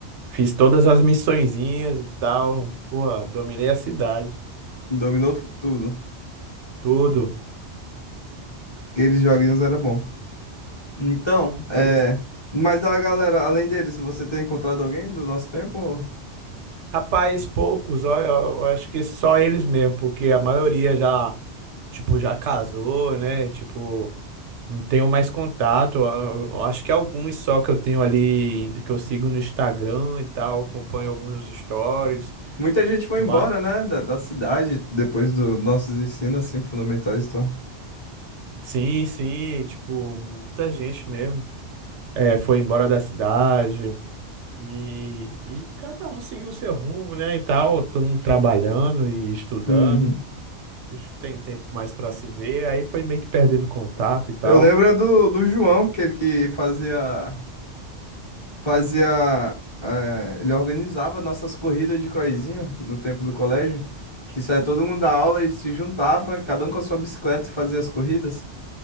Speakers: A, on the right; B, on the left.
A: fiz todas as missõezinhas e tal. Pô, dominei a cidade,
B: Dominou tudo.
A: tudo.
B: Aqueles joguinhos era bom. Então, é.
A: Pois,
B: Mas a galera, além deles, você tem encontrado alguém do nosso tempo?
A: rapaz, poucos, ó, eu eu acho que só eles mesmo, porque a maioria já tipo, já casou, né? Tipo, não tenho mais contato. Eu- eu acho que alguns só que eu tenho ali, que eu sigo no Instagram e tal, acompanho alguns stories.
B: Muita gente foi
A: Mas,
B: embora, né, da, da cidade depois dos nossos ensinos, assim, fundamentais e tal.
A: sim, sim, tipo, muita gente mesmo. É, foi embora da cidade e, e cada um seguiu o seu rumo, né? E tal, todo mundo trabalhando e estudando.
B: Uhum.
A: Tem tempo mais para se ver, aí foi meio que perdendo contato e tal.
B: Eu lembro é do, do João, que ele que fazia, fazia, eh, ele organizava nossas corridas de croizinha no tempo do colégio, que saía todo mundo da aula e se juntava, cada um com a sua bicicleta e fazia as corridas.